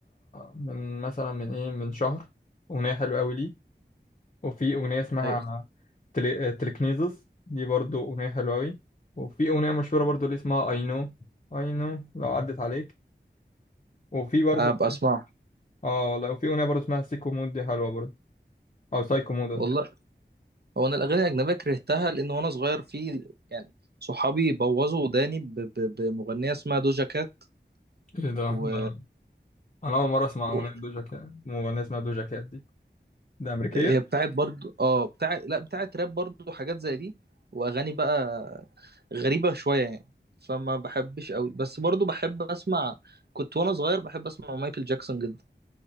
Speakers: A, on the left; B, on the right.
A: من مثلا من ايه من شهر أغنية حلوة أوي ليه وفي أغنية اسمها
B: ايوه
A: تلي... تلكنيزس دي برضو أغنية حلوة أوي وفي أغنية مشهورة برضو اللي اسمها I know I know لو عدت عليك وفي برضو
B: ابقى اسمعه
A: اه والله وفي أغنية برضو اسمها سيكو مود دي حلوة برضو أو سايكو مود قصدي.
B: والله هو انا الاغاني الاجنبيه كرهتها لان وانا صغير في يعني صحابي بوظوا وداني ب- ب- بمغنيه اسمها دوجا كات
A: ايه ده
B: و...
A: ده أنا أول مرة أسمع
B: و-
A: أغنية دوجا كات مغنية اسمها دوجا كات دي ده أمريكية؟
B: هي بتاعت برضو اه بتاع لا بتاعت راب برضو حاجات زي دي واغاني بقى غريبة شوية يعني فما بحبش قوي بس برضو بحب اسمع كنت وانا صغير بحب اسمع مايكل جاكسون جدا